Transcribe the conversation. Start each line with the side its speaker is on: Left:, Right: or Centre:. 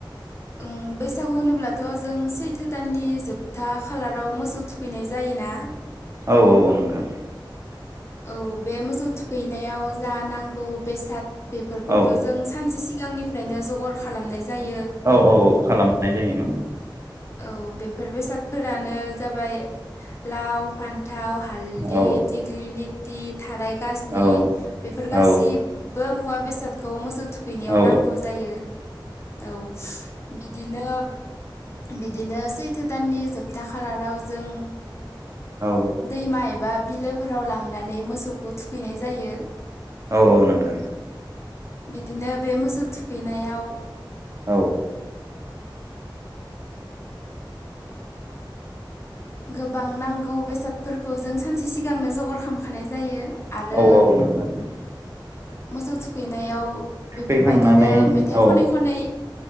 Left: ओं बैसागु होनोब्लाथ' जों सैथो दाननि जोब था खालाराव मोसौ थुखैनाय जायोना।
Right: औ औ औ नोंथां।
Left: औ बे मोसौ थुखैनायाव जा नांगौ बेसाद बेफोरखौथ'
Right: औ
Left: जों सानसे सिगांनिफ्रायनो जगार खालामनाय जायो।
Right: औ औ खालामनाय जायो ओं।
Left: औ बेफोर बेसादफोरानो जाबाय लाव फान फानथाव हालदि
Right: औ
Left: दिग्लि लिथि थार गाजलि
Right: औ
Left: बेफोर गासिबो
Right: औ
Left: मुवा बेसादखौ मोसौ थुखैनायाव
Right: औ
Left: नांगौ जायो औ बिदिनो बिदिनो सैथो दाननि जोबथा खालाराव जों
Right: औ
Left: दैमा एबा बिलोफोराव लांनानै मोसौखौ थुखैनाय जायो।
Right: औ औ नोंथां।
Left: बिदिनो बे मोसौ थुखैनायाव
Right: औ।
Left: गोबां नांगौ बेसादफोरखौ जों सानसे सिगांनो जगार खामखानाय जायो। आरो
Right: औ औ नोंथां
Left: मोसौ थुखैनायाव
Right: थुखैखांनानै
Left: बेफोरबायदिनो मेथाइ
Right: औ
Left: खनै खनै